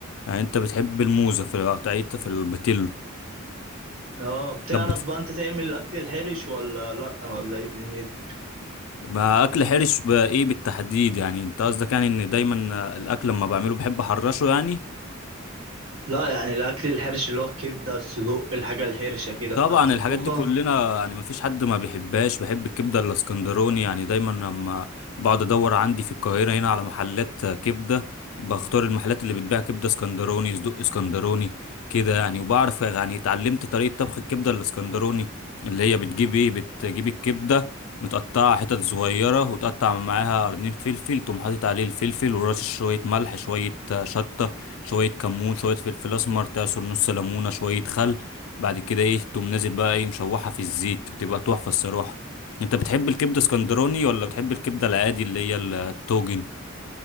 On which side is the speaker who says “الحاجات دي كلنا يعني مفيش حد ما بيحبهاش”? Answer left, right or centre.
Left